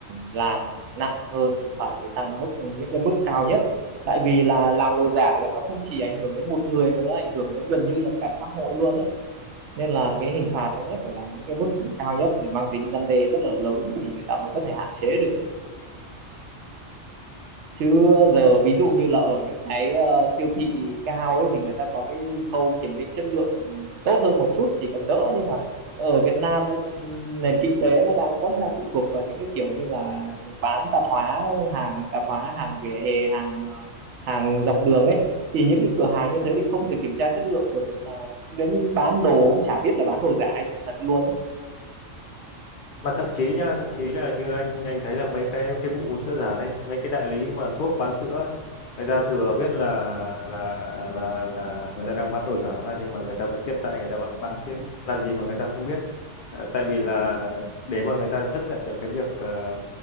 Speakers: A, on the right (about 70°); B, on the left (about 60°).
A: làm nặng hơn hình phạt phải tăng mức những cái mức cao nhất tại vì là làm đồ giả là nó không chỉ ảnh hưởng đến một người mà nó ảnh hưởng đến gần như là cả xã hội luôn đấy nên là cái hình phạt ấy phải là những cái mức cao nhất để mang tính răn đe rất là lớn thì người ta mới có thể hạn chế được chứ giờ ví dụ như là ở những cái ờ, siêu thị cao ấy thì người ta có cái khâu kiểm định chất lượng tốt hơn một chút thì còn đỡ nhưng mà ở Việt Nam nó nền kinh tế nó đang vẫn đang phụ thuộc vào những cái kiểu như là bán tạp hóa hàng tạp hóa hàng vỉa hè hàng ờ, hàng dọc đường ấy thì những cái cửa hàng như thế thì không thể kiểm tra chất lượng được nên là đến bán đồ cũng chả biết là bán đồ giả hay đồ thật luôn ấy
B: mà thậm chí nha thậm chí là như anh anh thấy là mấy cái cái vụ sữa giả đấy mấy cái đại lý mà thuốc bán sữa ấy, người ta thừa biết là là là là người ta đang bán đồ giả ra nhưng mà người ta vẫn tiếp tay người ta vẫn bán chứ làm gì mà người ta không biết Ờ, tại vì là để mà người ta chấp nhận được cái việc ờ,